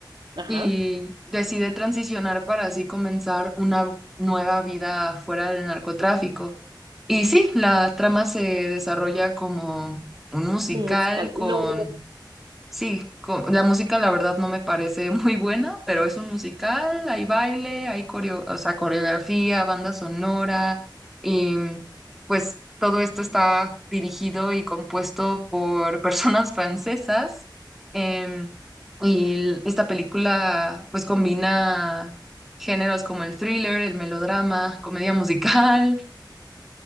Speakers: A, on the right; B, in the centre.
A: Ajá.
B: y decide transicionar para así comenzar una nueva vida fuera del narcotráfico. Y sí, la trama se desarrolla como un musical
A: Un musical.
B: con
A: No.
B: Sí, co- la música la verdad no me parece <laughs> muy buena, pero es un musical, hay baile, hay coreo- o sea, coreografía, banda sonora, y mm, pues todo esto está dirigido y compuesto por <laughs> personas francesas. em, y el- esta película pues combina géneros como el thriller, el melodrama, comedia musical